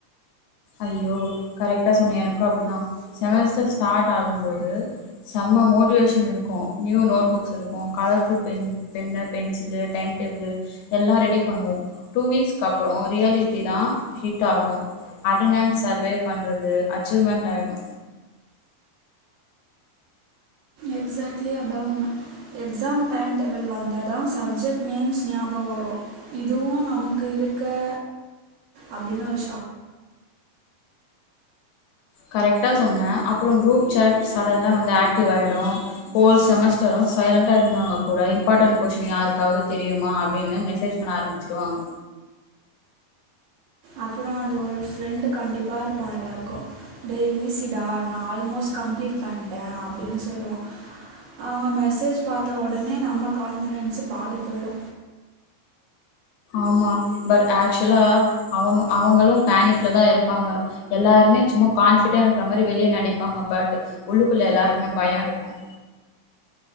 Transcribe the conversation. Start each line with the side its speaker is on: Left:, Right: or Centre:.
Left: ஐயயோ கரெக்டா சொன்னே எனக்கும் அப்டிதா செமஸ்டர் ஸ்டார்ட் ஆகும் போது செம்ம மோட்டிவேஷன் இருக்கு நியூ நோட் புக்ஸ் இருக்கு கலர்ஃபுல் பெ பென்னு பென்சிலு டைம் டேபிள் எல்லா ரெடி பண்ணுவோ டூ வீக்ஸ்க்கு அப்புறோ ரியாலிட்டி தா ஹிட் ஆகு அட்டனன்ஸ் சர்வே பண்றது அச்சீவ்மென்ட் ஆயிடு
Right: எக்ஸாக்ட்லி அடவுன் எக்ஸாம் டைம் டேபிள் வந்தா தான் சப்ஜெக்ட் நேம்ஸ் ஞாபக வரு இதுவு நமக்கு இருக்கா அப்டின்னு ஒரு ஷா
Left: கரெக்டா சொன்ன அப்புறோ குரூப் சேட் சடனா வந்து ஆக்டிவ் ஆயிடு ஹோல் செமஸ்டரு சைலண்டா இருந்தவங்க கூட இம்பார்ட்டன்ட் கொஷ்டின் யாருக்காவது தெரியுமா அப்டின்னு மெசேஜ் பண்ண ஆரம்பிச்சிருவாங்க
Right: அப்புறோ அந்த ஒரு ஃப்ரெண்டு கண்டிப்பா இருப்பான் எல்லார்க்கு டே ஈஸிடா நா ஆல்மோஸ்ட் கம்ப்ளீட் பண்ட்டே அப்டின்னு சொல்லுவான் அவங்க மெசேஜ் பாத்த ஒடனே நம்ம கான்ஃபிடென்ஸ் பாதி போயிடு
Left: ஆமா பட் ஆக்சுலா அவன் அவங்களும் பேனிக்லதா இருப்பாங்க எல்லாருமே சும்மா கான்ஃபிடெ இருக்கிற மாரி வெளிய நடிப்பாங்க பட் உள்ளுக்குள்ள எல்லாருக்மே பயம் இருக்கும்